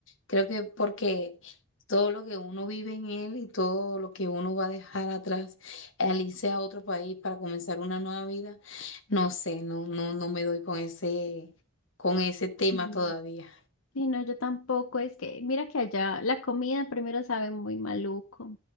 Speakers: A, on the left (about 65°); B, on the left (about 80°).
A: Creo que porque todo lo que uno vive en él y todo lo que uno va a dejar atrás al irse a otro país para comenzar una nueva vida, no sé, no, no, no me doy con ese, con ese tema
B: ujú.
A: todavía.
B: Sí, no, yo tampoco. Es que, mira que allá la comida primero sabe muy maluco.